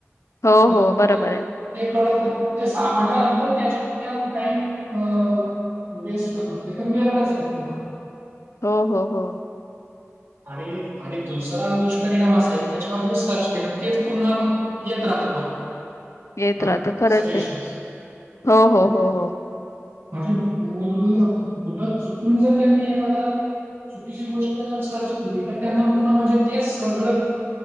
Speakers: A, on the left; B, on the right.
A: हो
B: ह
A: हो बरोबर
B: ते
A: आहे
B: ते कळत ते सापडल्यानंतर त्याच्यावरती अजून टाईम अ वेस्ट करत नते तर मरणारच आहे पुन्हा.
A: हो हो हो.
B: आणि आणि दुसरा दुष्परिणाम असा क त्याच्यावर ज सर्च केलं तेच पुन्हा मग येतं राहत बर.
A: येत
B: हा
A: राहत खरंच
B: सजेशन
A: आहे हो
B: <unintelligible>
A: हो हो हो
B: म्हणे मुलं चुकून जर त्यांनी एखाद चुकीची गोष्ट जर सर्च केली तर त्यांना पुन्हा म्हणजे तेचं सगळ